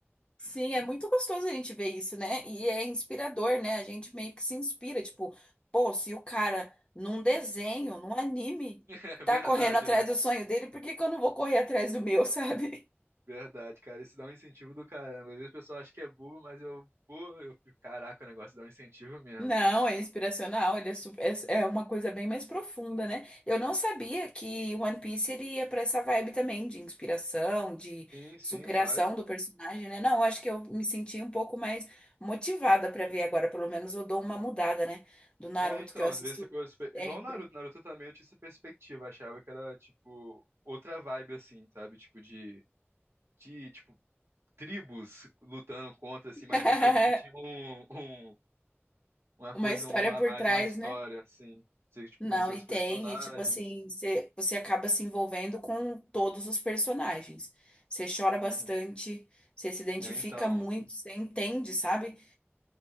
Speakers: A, on the left; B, on the right.
A: Sim, é muito gostoso a gente ver isso, né? E é inspirador, né? A gente meio que se inspira, tipo, pô, se o cara num desenho, num anime,
B: <laughs> É
A: tá
B: verdade,
A: correndo <laughs> atrás
B: né?
A: do sonho dele, por que que eu não vou correr atrás do meu, <laughs> sabe?
B: Verdade, cara. Isso dá um incentivo do caramba. Às vezes o pessoal acha que é bobo, mas eu, pô, eu fico, caraca, o negócio dá um incentivo mesmo.
A: Não, é inspiracional, ele é, su- é, é uma coisa bem mais profunda, né? Eu não sabia que One Piece ele ia pra essa vibe também de inspiração, de
B: Sim, sim,
A: superação
B: vai.
A: do personagem, né? Não, eu acho que eu me senti um pouco mais motivada pra ver agora, pelo menos eu dou uma mudada, né? Do Naruto
B: É, então,
A: que eu assisto
B: às vezes ficou super-
A: sempre.
B: igual o Naruto. Naruto também eu tinha essa perspectiva, achava que era tipo outra vibe assim, sabe? Tipo de de tipo tribos lutando contra assim,
A: <laughs>
B: mas eu não sabia que tinha um, um- uma
A: Uma
B: coisa
A: história
B: um a
A: por
B: mais,
A: trás,
B: uma história
A: né?
B: assim. Você tipo
A: Não,
B: conhecer
A: e
B: os
A: tem,
B: personagens.
A: e tipo assim, você, você acaba se envolvendo com todos os personagens. Você chora
B: Uhum.
A: bastante, você se identifica
B: É, então,
A: muito, você entende, sabe?